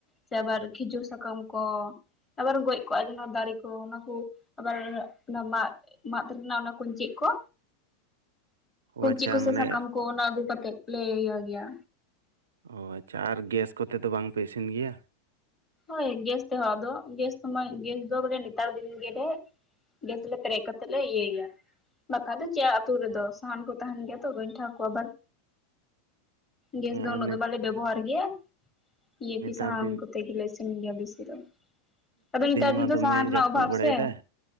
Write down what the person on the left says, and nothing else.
ᱥᱮ ᱟᱵᱟᱨ ᱠᱷᱤᱡᱩᱨ ᱥᱟᱠᱟᱢ ᱠᱚ, ᱟᱵᱟᱨ ᱜᱚᱡ ᱠᱚᱜ-ᱟ ᱡᱮ ᱱᱚᱣᱟ ᱫᱟᱨᱮ ᱠᱚ ᱚᱱᱟᱠᱩ, ᱟᱵᱟᱨ ᱚᱱᱟ ᱢᱟᱫ ᱢᱟᱫ ᱨᱮᱱᱟᱜ ᱚᱱᱟ ᱠᱩᱧᱪᱤᱜ ᱠᱚ
ᱠᱩᱧᱪᱤ
ᱠᱚ ᱥᱮ
ᱥᱟᱠᱟᱢ ᱠᱚ ᱚᱱᱟ ᱟᱹᱜᱩ ᱠᱟᱛᱮᱫ ᱞᱮ ᱤᱭᱟᱹ ᱜᱮᱭᱟ᱾
ᱦᱳᱭ ᱜᱮᱥ ᱛᱮ ᱦᱚᱸ ᱟᱫᱚ, ᱜᱮᱥ ᱢᱟ ᱜᱮᱥ ᱫᱚ ᱵᱚᱞᱮ ᱱᱮᱛᱟᱨ ᱫᱤᱱ ᱜᱮᱞᱮ ᱜᱮᱥ ᱞᱮ ᱯᱮᱨᱮᱡ ᱠᱟᱛᱮ ᱞᱮ ᱤᱭᱟᱹᱭ ᱜᱮᱭᱟ᱾ ᱵᱟᱠᱷᱟᱱ ᱫᱚ ᱪᱮᱫ ᱟᱛᱳ ᱨᱮᱫᱚ ᱥᱟᱦᱟᱱ ᱠᱚ ᱛᱟᱦᱮᱸᱱ ᱜᱮᱭᱟ ᱛᱚ ᱜᱚᱸᱭᱴᱷᱟ ᱠᱚ ᱟᱵᱟᱨ ᱜᱮᱥ
ᱫᱚ ᱩᱱᱟᱹᱜ ᱫᱚ
ᱵᱟᱞᱮ ᱵᱮᱵᱚᱦᱟᱨ ᱜᱮᱭᱟ, ᱤᱭᱟᱹ ᱠᱤ
ᱥᱟᱱᱟᱢ
ᱠᱚᱛᱮ ᱜᱮᱞᱮ ᱤᱥᱤᱱ ᱜᱮᱭᱟ ᱵᱮᱥᱤ ᱫᱚ, ᱟᱫᱚ ᱱᱮᱛᱟᱨ ᱫᱤᱱ
ᱫᱚ
ᱥᱟᱦᱟᱱ ᱨᱮᱱᱟᱜ
ᱚᱵᱷᱟᱵ
ᱥᱮ,